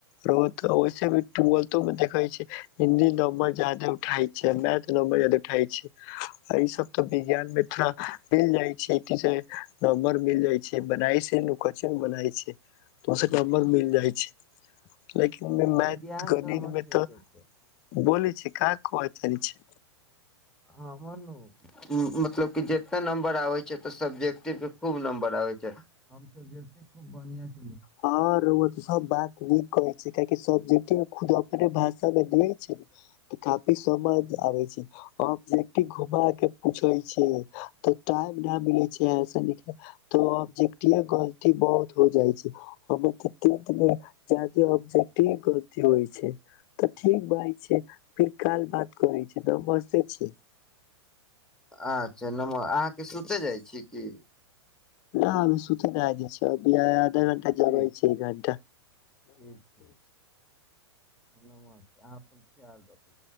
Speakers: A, on the left; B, in the centre.
A: ओी टथो मे देख छै हिन्दी नं्बर जादे उठई छै मैथ नं्बर जादे उठई छै ई सब त विज्ञान मे थोड़ा मिल जाइ छै नमबर मिल जाय छै बना छै बना छै दसट बाद मिल जाइ छै लेकिन मै
B: विज्ञान
A: गणित
B: तऽ हमर ठीके
A: मे तऽ
B: छै
A: बोलै छी का कहअ तनि छै
B: हँ मनु मतलब क जितना नम्बर आबे छै सब्जेक्टिव के खूब नं्बर आबे छै सबेकट खूब बढ़िया
A: हँ रउआ तऽ सब बात नीक कहै छै कियकि सब के खुद अपने भाषा मे देै छै ने त काफी समझ आबै छै अब जे घुमा के पूछै छै तऽ मिलै छै ऐसा न तो ओबजक्टिवे गलती बहुत हो जाइ छै हम त त टेन्थ मे जैयादे गलती होइ छै तऽ ठीक बाय छै फिर काल बात करै छी नमस्ते छी
B: अच्छा नमर अहाँके सुते जाइ छीय की
A: न सुती नहि द छै आधा घण्टा
B: ठीक
A: जाबा छै घण्टा
B: ठीक ठीक हम नमस्ते आहाँ अपन ख्याल राखूै